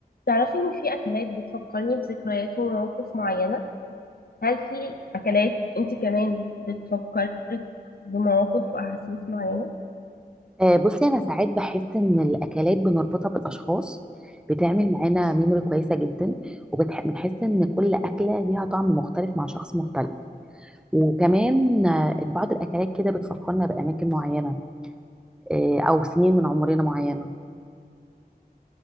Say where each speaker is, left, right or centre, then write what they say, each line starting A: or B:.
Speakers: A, on the left; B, in the centre.
A: تعرفي إن في أكلات بتفكرني بذكريات ومواقف معينة هل في أكلات أنت كمان بتفكرك بمواقف وأحاسيس معينة؟
B: آه، بصي انا ساعات بحس ان الاكلات بنربطها بالاشخاص بتعمل معانا ميموري كويسه جدا وبنحس ان كل اكله ليها طعم مختلف مع شخص مختلف وكمان آه، إن بعض الاكلات كده بتفكرنا باماكن معينه آه، او سنين من عمرنا معينه